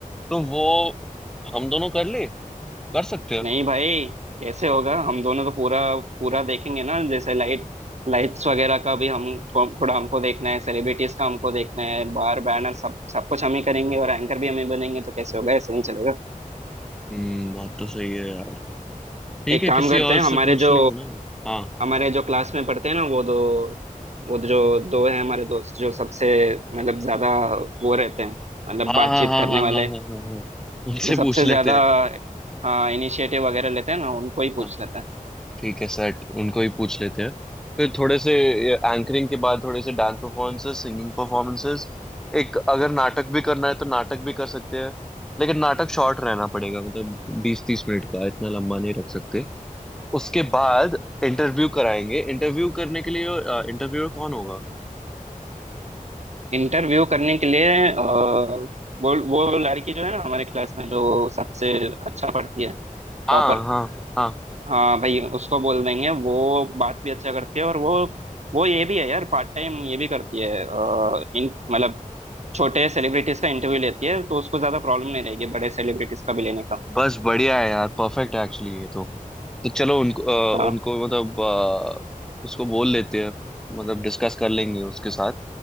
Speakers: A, in the centre; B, on the right.
A: तो वो हम दोनों कर ले कर सकते हैं
B: नहीं भाई कैसे होगा हम दोनों तो पूरा पूरा देखेंगे ना जैसे लाइट लाइट्स वगैरह का भी हम थो- थोड़ा हमको देखना है सेलिब्रिटीज का हमको देखना है बार बैनर सब सब कुछ हम ही करेंगे और एंकर भी हम ही बनेंगे तो कैसे होगा ऐसे नहीं चलेगा
A: हम्म बात तो सही है यार ठीक
B: एक
A: है
B: काम
A: किसी
B: करते
A: और
B: हैं
A: से
B: हमारे
A: पूछ
B: जो
A: लेंगे ना हाँ
B: हमारे जो क्लास में पढ़ते हैं ना वो दो वो जो दो हैं हमारे दोस्त जो सबसे मतलब ज्यादा वो रहते हैं मतलब
A: हाँ
B: बातचीत
A: हाँ हाँ
B: करने
A: हाँ
B: वाले
A: हाँ हाँ हाँ हाँ। हाँ। उनसे
B: जो सबसे
A: पूछ लेते
B: ज्यादा
A: हैं
B: हाँ इनिशिएटिव वगैरह लेते हैं ना उनको ही पूछ
A: हाँ
B: लेते हैं
A: ठीक है सेट उनको ही पूछ लेते हैं फिर थोड़े से एंकरिंग के बाद थोड़े से डांस परफॉर्मेंसेस सिंगिंग परफॉर्मेंसेस एक अगर नाटक भी करना है तो नाटक भी कर सकते हैं लेकिन नाटक शॉर्ट रहना पड़ेगा मतलब बीस तीस मिनट का इतना लंबा नहीं रख सकते उसके बाद इंटरव्यू कराएंगे इंटरव्यू करने के लिए इंटरव्यूअर कौन होगा
B: इंटरव्यू करने के लिए अ, वो वो लड़की जो है ना हमारे क्लास में जो सबसे अच्छा पढ़ती है
A: हाँ
B: टॉपर
A: हाँ हाँ
B: हाँ भाई उसको बोल देंगे वो बात भी अच्छा करती है और वो वो ये भी है यार पार्ट टाइम ये भी करती है अ, इन मतलब छोटे सेलिब्रिटीज का इंटरव्यू लेती है तो उसको ज्यादा प्रॉब्लम नहीं रहेगी बड़े सेलिब्रिटीज का भी लेने का
A: बस बढ़िया है यार परफेक्ट है एक्चुअली ये तो तो चलो उनको अ,
B: हाँ
A: उनको मतलब अ, उसको बोल लेते हैं मतलब डिस्कस कर लेंगे उसके साथ